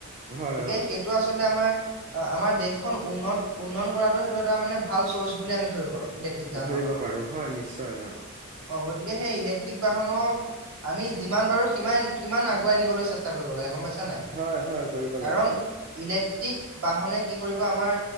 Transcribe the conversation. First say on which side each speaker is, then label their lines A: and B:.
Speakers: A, on the right; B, on the right.
A: হয়
B: গতিকে
A: অ
B: সেইটো আচলতে আমাৰ অ' আমাৰ দেশখন উন্ন উন্নয়ন কৰাটো সেইটো এটা মানে ভাল চৰ্চ বুলি আমি ধৰি পাৰো ইলেকট্ৰনিক যান
A: ধৰিব
B: বাহনত।
A: পাৰো হয় নিশ্চয় অ
B: গতিকে সেই ইলেকট্ৰনিক বাহনৰ আমি যিমান পাৰো সিমান সিমান আগুৱাই নিবলৈ চেষ্টা কৰিব লাগে। গম পাইছা নাই
A: হয়, হয় কৰিব লাগে।
B: কাৰণ ই
A: অ
B: ইলেক্ট্ৰিক বাহনে কি কৰিব আমাৰ